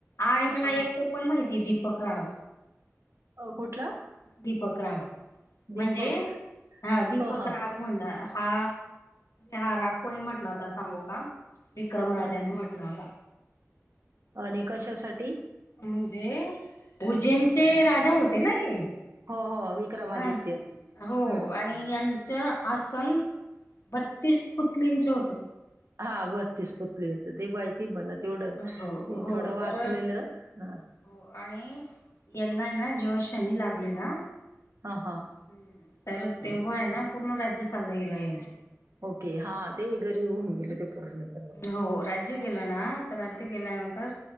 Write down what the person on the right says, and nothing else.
अ कुठलं?
दीपक.
हो, हां.
अ,
आणि कशासाठी
हो हो विक्रमआदित्य
हू
हा बत्तीस पुतलीचं ते <unintelligible> मला तेवढं
मी
थोडं वाचलेलं
हा
हा हा
ओके, हा ते गरीब होऊन गेले ते पूर्णच.